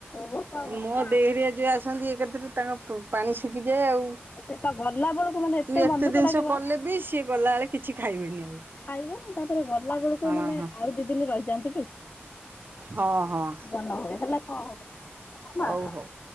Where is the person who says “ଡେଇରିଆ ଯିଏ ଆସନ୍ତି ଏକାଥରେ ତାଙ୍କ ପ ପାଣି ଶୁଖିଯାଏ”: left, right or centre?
Right